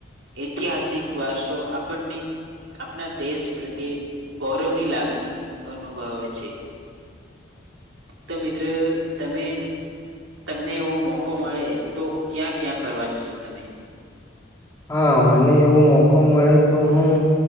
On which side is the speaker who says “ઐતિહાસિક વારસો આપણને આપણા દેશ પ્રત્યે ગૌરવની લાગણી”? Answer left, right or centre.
Right